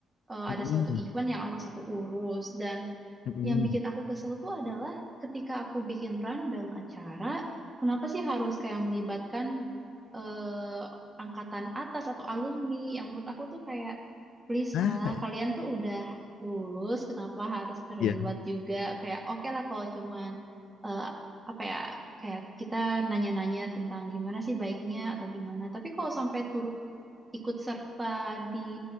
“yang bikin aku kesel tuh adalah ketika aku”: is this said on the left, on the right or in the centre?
Right